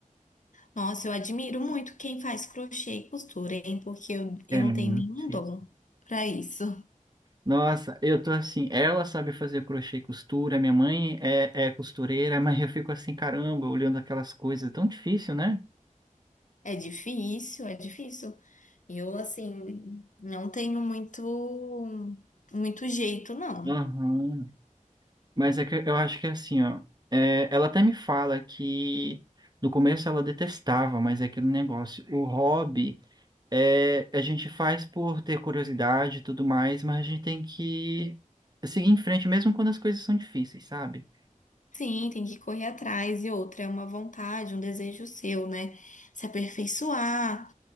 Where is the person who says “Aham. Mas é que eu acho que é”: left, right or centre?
Right